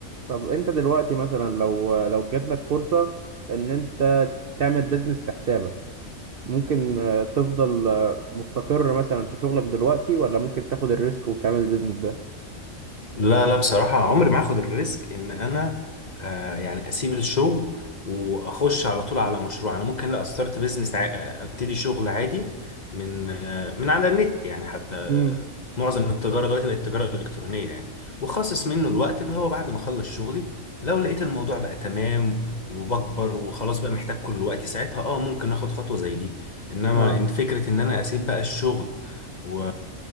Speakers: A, on the right (about 55°); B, on the left (about 35°).
A: طب انت دلوقتي مثلا لو لو جات لك فرصة ان انت تعمل بيزنس لحسابك ممكن آه، تفضل آه، مستقر مثلا في شغلك دلوقتي ولا ممكن تاخد الريسك وتعمل البيزنس ده
B: لا لا بصراحة عمري ما هاخد الريسك ان انا آه يعني اسيب الشغل واخش على طول على مشروع انا ممكن لا استارت بيزنس ع... آه، ابتدي شغل عادي من آه من على النت يعني حتى آه
A: امم
B: معظم التجارة دلوقتي بقت التجارة الالكترونية يعني واخصص منه الوقت اللي هو بعد ما اخلص شغلي لو لقيت الموضوع بقى تمام وبكبر وخلاص بقى محتاج كل وقتي ساعتها اه ممكن اخد خطوة زي دي انما
A: اه
B: إن فكرة ان انا اسيب بقى الشغل و